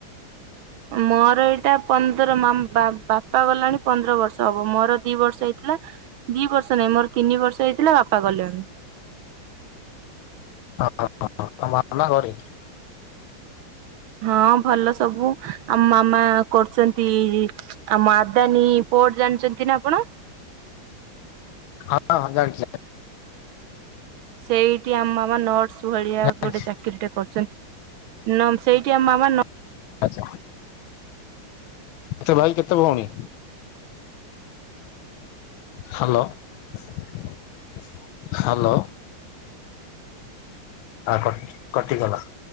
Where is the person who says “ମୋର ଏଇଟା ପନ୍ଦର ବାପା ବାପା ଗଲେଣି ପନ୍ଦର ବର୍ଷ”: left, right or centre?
Right